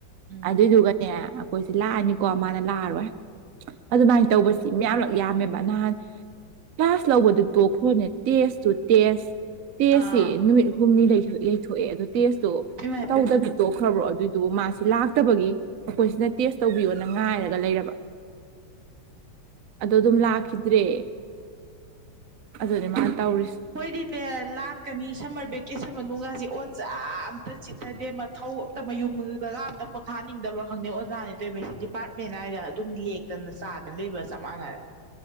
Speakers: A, on the right; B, on the right.
A: ꯎꯝ
B: ꯑꯗꯨꯏꯗꯨꯒꯅꯦ ꯑꯩꯈꯣꯏꯁꯦ ꯂꯥꯛꯑꯅꯤꯀꯣ ꯃꯥꯅ ꯂꯥꯛꯑꯔꯣꯏ ꯑꯗꯨꯃꯥꯏ ꯇꯧꯕꯁꯤ ꯃꯤꯌꯥꯝꯂꯛ ꯌꯥꯝꯃꯦꯕ ꯅꯍꯥꯟ ꯀ꯭ꯂꯥꯁ ꯂꯧꯕꯗꯨ ꯇꯣꯛꯈ꯭ꯔꯣꯅꯦ ꯇꯦꯁ ꯇꯨ ꯇꯦꯁ ꯇꯦꯁꯁꯦ
A: ꯑꯥ
B: ꯅꯨꯃꯤꯠ ꯍꯨꯝꯅꯤ ꯌꯩꯊꯣꯛ ꯌꯩꯊꯣꯛꯑꯦ ꯑꯗꯣ ꯇꯦꯁꯇꯣ
A: ꯏꯃꯥꯏ
B: ꯇꯧꯗꯕꯤ
A: ꯄꯦꯝ
B: ꯇꯣꯛꯈ꯭ꯔꯕ꯭ꯔꯣ ꯑꯗꯨꯏꯗꯨꯕꯨ ꯃꯥꯁꯤ ꯂꯥꯛ ꯇꯕꯒꯤ ꯑꯩꯈꯣꯏꯁꯤꯅ ꯇꯦꯁ ꯇꯧꯕꯤꯌꯣꯅ ꯉꯥꯏꯔꯒ ꯂꯩꯔꯕ ꯑꯗꯣ ꯑꯗꯨꯝ ꯂꯥꯛꯈꯤꯗ꯭ꯔꯦ ꯑꯗꯨꯅꯦ ꯃꯥꯅ ꯇꯧꯔꯤꯁꯦ
A: ꯍꯣꯏꯗꯤꯅꯦ ꯂꯥꯛꯀꯅꯤ ꯁꯝꯃꯔ ꯚꯦꯀꯦꯁꯟ ꯃꯅꯨꯡꯒꯥꯁꯦ ꯑꯣꯖꯥ ꯑꯝꯇ ꯆꯤꯊꯗꯦ ꯃ ꯊꯧ ꯑꯝꯇ ꯃꯌꯨꯝꯗ ꯃꯤꯅꯠ ꯃꯉꯥ ꯑꯝꯇ ꯄꯣꯊꯥꯅꯤꯡꯗꯕ꯭ꯔꯉ ꯈꯪꯗꯦ ꯑꯣꯖꯥꯅꯦ ꯇꯧꯏꯕꯁꯤꯡꯖꯤ ꯗꯤꯄꯥꯔꯠꯃꯦꯟ ꯍꯥꯏꯔ ꯑꯗꯨꯝ ꯂꯦꯛ ꯇꯅ ꯆꯥꯗꯅ ꯂꯩꯕꯒ ꯆꯞ ꯃꯥꯟꯅꯔꯦ